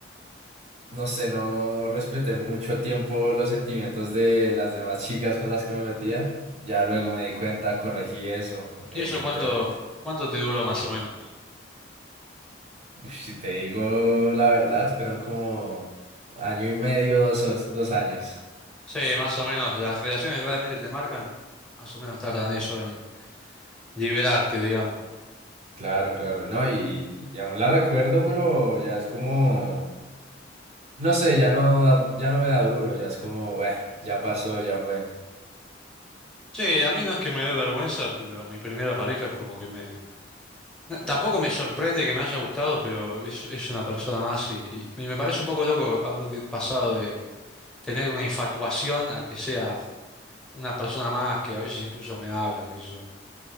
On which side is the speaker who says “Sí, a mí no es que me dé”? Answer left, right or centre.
Centre